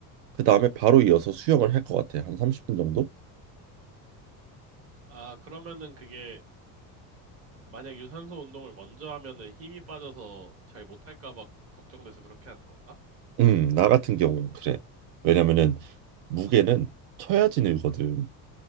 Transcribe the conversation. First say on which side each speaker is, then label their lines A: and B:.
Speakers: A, on the right (about 70°); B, on the right (about 30°).
A: 그 다음에 바로 이어서 수영을 할 것 같아. 한 30분 정도?
B: 아, 그러면은 그게 만약 유산소 운동을 먼저 하면은 힘이 빠져서 잘 못할까 봐 걱정돼서 그렇게 하는 건가?
A: 음, 나 같은 경우는 그래. 왜냐면은 무게는 쳐야지 늘거든.